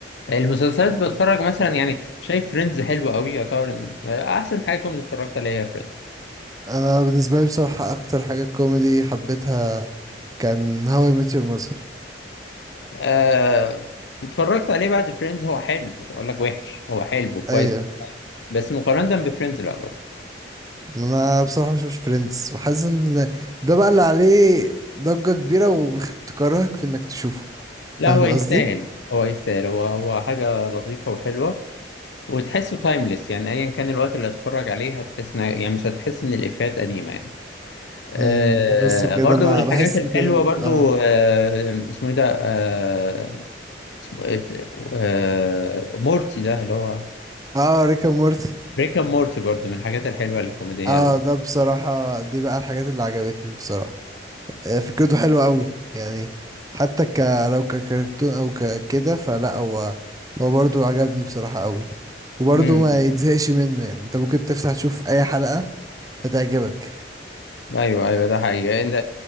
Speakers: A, on the left; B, on the right.
A: المسلسلات بتفرج مثلا يعني شايف فريندز حلوة قوي يعتبر إن- أحسن حاجة كوميدي اتفرجت عليها فريندز
B: انا بالنسبه لي بصراحه اكتر حاجه كوميدي حبيتها كان هاو اي ميت يور ماذر
A: آه اتفرجت عليه بعد فريندز هو حلو مش هقول لك وحش هو حلو وكويس
B: ايوه
A: بس مقارنة بفريندز لا برضه
B: انا بصراحه مش مش فريندز وحاسس ان ده بقى اللي عليه ضجه كبيره وتكرهك في انك تشوفه
A: لا
B: فاهم
A: هو يستاهل
B: قصدي
A: هو يستاهل هو هو حاجة لطيفة وحلوة وتحسه تايمليس يعني أيا كان الوقت اللي هتتفرج عليه هتحس إن- يعني مش هتحس إن الإفيهات قديمة يعني آه
B: أمم، بحس كده
A: برضو
B: مع
A: الحاجات
B: بحس
A: الحلوة
B: كده
A: برضو
B: اه
A: آه اسمه إيه ده آه اسمه إيه بت- آه مورتي ده اللي هو
B: اه ريك اند مورتي
A: بريك أب مورتي برضو من الحاجات الحلوة الكوميدية
B: اه
A: ال-
B: ده بصراحة دي بقى الحاجات اللي عجبتني بصراحة آه، فكرته حلوة قوي يعني حتى ك لو ككرتون او ككده فلا هو هو برضو عجبني بصراحة قوي وبرضو
A: مم.
B: ما يتزهقش منه يعني انت ممكن تفتح تشوف اي حلقة هتعجبك
A: ايوه ايوه ده حقيقي انت